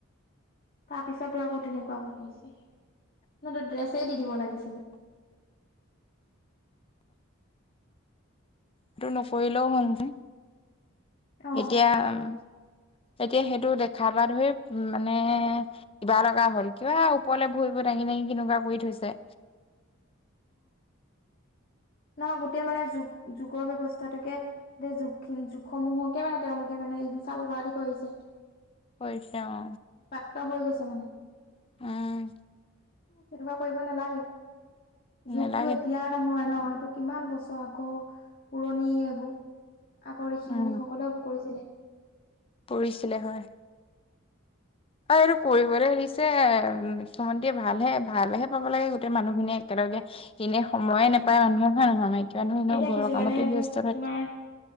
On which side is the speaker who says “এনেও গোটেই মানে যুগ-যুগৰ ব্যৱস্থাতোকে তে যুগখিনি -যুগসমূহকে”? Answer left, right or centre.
Left